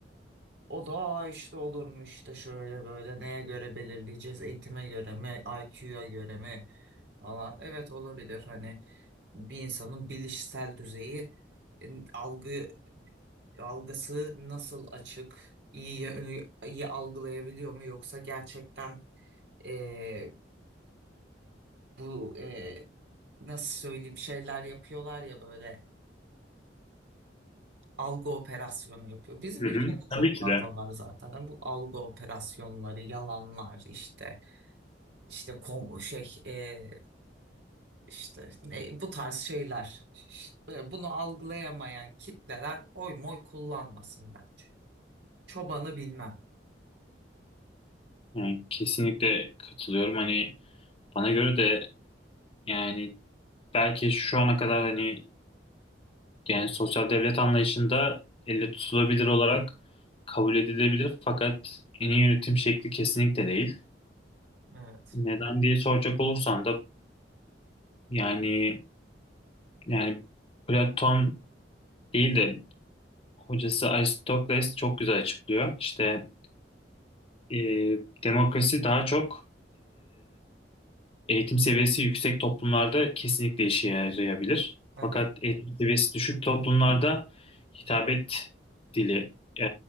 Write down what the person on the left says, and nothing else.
Hı
hı.
Tabii ki
de.
Yani kesinlikle katılıyorum. Hani bana göre de yani belki şu ana kadar hani yani sosyal devlet anlayışında elle tutulabilir olarak kabul edilebilir fakat en iyi yönetim şekli kesinlikle değil.
Neden diye soracak olursan da yani yani Platon değil de hocası Aristoteles çok güzel açıklıyor. İşte e, demokrasi daha çok Eğitim seviyesi yüksek toplumlarda kesinlikle işe yarayabilir.
Fakat eğitim seviyesi düşük toplumlarda hitabet dili, e,